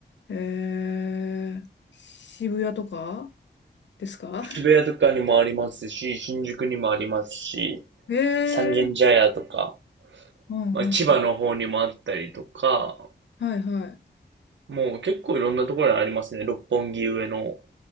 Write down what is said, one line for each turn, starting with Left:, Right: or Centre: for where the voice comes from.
Left: ええ渋谷とかですか
Right: 渋谷とかにもありますし、新宿にもありますし、
Left: <laughs>
Right: 三軒茶屋とか、
Left: ええうんうん。
Right: まあ、千葉の方にもあったりとか、
Left: はいは
Right: もう結構いろんなところにありますね。六本木上の